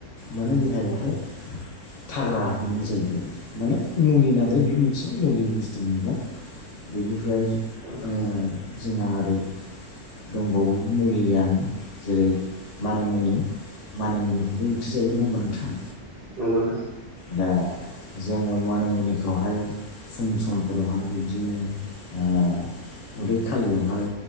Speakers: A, on the left; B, on the right.
A: माने देहायाहाय थाग्रा मोनो जाहैबाय माने मुलि नालाय बे एसे मुलि बुस्थु मैगं बेनिफ्राय
B: नोंथां
A: ओ जोंहा ओरै दंबावोमोन मुलियानो जेरै मानि मुनि मानि मुनिखौबो ओंख्रि जायो नङा होमबा नोंथां
B: नंगौ नोंथां
A: दा जोङो मानिमुनिखौहाय फुं समफोरावहाय बिबदिनो ओ उदै खालियावहाय